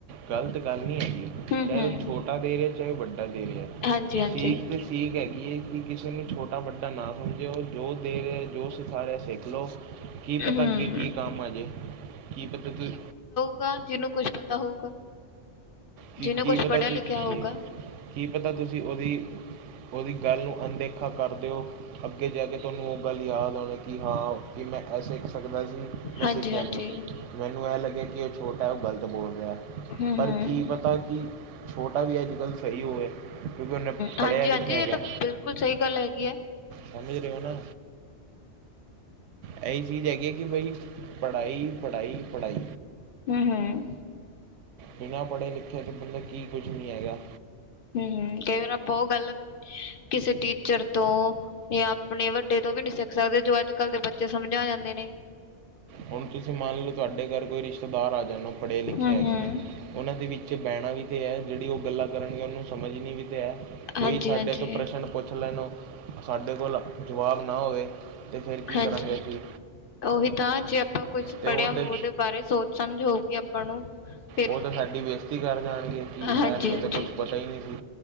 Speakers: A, on the right; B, on the left.
A: ਗਲਤ ਗੱਲ ਨਹੀਂ ਹੈਗੀ
B: ਹੂੰ
A: ਚਾਹੇ
B: ਹੂੰ
A: ਉਹ ਛੋਟਾ ਦੇ ਰਿਹਾ, ਚਾਹੇ ਉਹ ਵੱਡਾ ਦੇ ਰਿਹਾ,
B: ਹਾਂਜੀ ਹਾਂਜੀ
A: ਸੀਖ ਤਾਂ ਸੀਖ ਹੈਗੀ ਏ ਕਿ ਕਿਸੇ ਨੂੰ ਛੋਟਾ ਵੱਡਾ ਨਾ ਸਮਝਿਓ, ਜੋ ਦੇ ਰਿਹਾ, ਜੋ ਸਾਰੇ ਸਿੱਖ ਲੋ, ਕੀ ਪਤਾ
B: ਹੂੰ
A: ਅੱਗੇ ਕੀ ਕੰਮ ਆ ਜੇ, ਕੀ ਪਤਾ, ਤੁਸੀਂ
B: ਕੋਨ ਜਿਹਨੂੰ ਕੁਛ ਪਤਾ ਹੋਊਗਾ,
A: ਕੀ
B: ਜਿਹਨੇ
A: ਕੀ
B: ਕੁਛ
A: ਪਤਾ
B: ਪੜ੍ਹਿਆ
A: ਤੁ
B: ਲਿਖਿਆ ਹੋਊਗਾ
A: ਜੀ ਕੀ ਪਤਾ, ਤੁਸੀਂ ਉਹਦੀ, ਉਹਦੀ ਗੱਲ ਨੂੰ, ਅਣਦੇਖਾ ਕਰ ਦੇਓ ਅੱਗੇ ਜਾ ਕੇ ਤੁਹਾਨੂੰ, ਉਹ ਗੱਲ ਯਾਦ ਆਉਣੀ ਕਿ ਹਾਂ, ਕਿ ਮੈਂ ਇਹ ਸਿੱਖ ਸਕਦਾ ਸੀ। ਮੈਂ
B: ਹਾਂਜੀ
A: ਸਿੱਖਿਆ
B: ਹਾਂਜੀ
A: ਨਹੀਂ ਮੈਨੂੰ ਇਹ ਲੱਗਿਆ, ਕਿ ਉਹ ਛੋਟਾ ਹੈ, ਉਹ ਗ਼ਲਤ ਬੋਲ ਰਿਹਾ,
B: ਹਮ
A: ਪਰ
B: ਹਮ
A: ਕੀ ਪਤਾ ਕਿ, ਛੋਟਾ ਵੀ ਅੱਜ-ਕੱਲ ਸਹੀ ਹੋਵੇ। ਕਿਉਂਕਿ ਉਹਨੇ ਪੜ੍ਹਿਆ
B: ਹਾਂਜੀ
A: ਲਿਖਿਆ
B: ਹਾਂਜੀ ਇਹ
A: ਗਿਆ
B: ਤਾਂ ਬਿਲਕੁਲ ਸਹੀ ਗੱਲ, ਹੈਗੀ ਏ
A: ਸਮਝ, ਰਹੋ ਨਾ ਏਹੀ ਚੀਜ਼ ਹੈਗੀ, ਕਿ ਬਾਈ ਪੜ੍ਹਾਈ, ਪੜ੍ਹਾਈ, ਪੜ੍ਹਾਈ
B: ਹਮ-ਹਮ
A: ਬਿਨਾਂ ਪੜ੍ਹੇ ਲਿਖੇ ਤੋਂ, ਬੰਦਾ ਕੀ ਕੁਝ ਨਹੀਂ ਹੈਗਾ-
B: ਹੰ ਹੰ ਕਈ ਵਾਰ ਆਪਾਂ ਉਹ ਗੱਲ, ਕਿਸੇ ਟੀਚਰ ਤੋਂ ਇਹ ਆਪਣੇ ਵੱਡੇ ਤੋਂ ਵੀ ਨੀ ਸਿੱਖ ਸਕਦੇ, ਜੋ ਅੱਜ-ਕੱਲ ਦੇ ਬੱਚੇ ਸਮਝਾ ਜਾਂਦੇ ਨੇ
A: ਹੁਨ ਤੁਸੀਂ ਮੰਨ ਲਓ, ਤੁਹਾਡੇ ਘਰ ਕੋਈ ਰਿਸ਼ਤੇਦਾਰ ਆ ਜਾਣ, ਓਹ ਪੜ੍ਹੇ ਲਿਖੇ
B: ਹੂੰ
A: ਹੈਗੇ
B: ਹੂੰ
A: ਨੇ ਉਨਹਾ ਦੇ ਵਿੱਚ ਬਹਿਨਾ ਵੀ ਤੇ ਹੈ, ਜਿਹੜੀ ਉਹ ਗੱਲਾਂ ਕਰਨਗੇ, ਉਹਨੂੰ ਸਮਝਣੀ ਵੀ ਤੇ ਹੈ ਕੋਈ
B: ਹਾਂਜੀ
A: ਸਾਡੇ,
B: ਹਾਂਜੀ
A: ਤੋਂ ਪ੍ਰਸ਼ਨ ਪੁੱਛ ਲੈਣ ਓ ਸਾਡੇ ਕੋਲ ਜਵਾਬ ਨਾ ਹੋਵੇ ਤੇ ਫਿਰ ਕੀ
B: ਹਾਂਜੀ
A: ਕਰਾਂਗੇ ਅਸੀਂ
B: ਉਹੀ ਤਾਂ ਜੇ ਆਪਾਂ ਕੁਛ
A: ਤੇ
B: ਪੜ੍ਹਿਆ
A: ਉਹ
B: ਹੋ,
A: ਤੇ
B: ਉਹਦੇ ਬਾਰੇ ਸੋਚ ਸਮਝ ਹੋਊਗੀ ਆਪਾਂ ਨੂੰ ਫੇਰ
A: ਉਹ ਤਾਂ ਸਾਡੀ ਬੇਇਜ਼ਤੀ ਕਰ ਜਾਣਗੇ। ਕਿ,
B: ਹਾਂਜੀ
A: ਐਨੂੰ
B: ਹਾਂਜੀ
A: ਤਾਂ ਕੁਛ ਪਤਾ ਹੀ ਨਹੀਂ ਸੀ